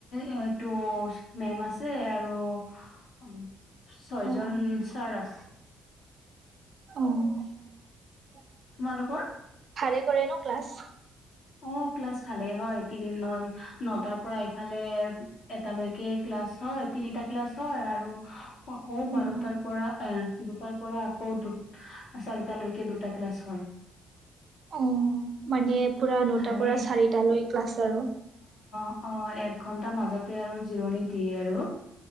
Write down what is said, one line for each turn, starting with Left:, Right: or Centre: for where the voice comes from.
Left: এইটো মেম আছে আৰু ছয়জন
Right: অ
Left: ছাৰ আ
Right: আহ
Left: তোমালোক
Right: ছাৰে কৰে ন ক্লাছ
Left: অ ক্লাছ ভালেই হয় তিনি দিনত নতাৰ পৰা ইফালে এটালৈকে <unintelligible> ক্লাছ হয় তিনিটা ক্লাছ হয় আৰু আকৌ
Right: উম,
Left: বাৰটাৰ পৰা এ দুটাৰ পৰা আকৌ দুটা চাৰিটালৈকে দুটা ক্লাছ হয়।
Right: অ মানে পোৰা নটাৰ
Left: ভালে
Right: পৰা চাৰিটালৈ ক্লাছ আৰু
Left: অহ, এক ঘন্টা মাজতে আৰু জিৰণি দিয়ে আৰু।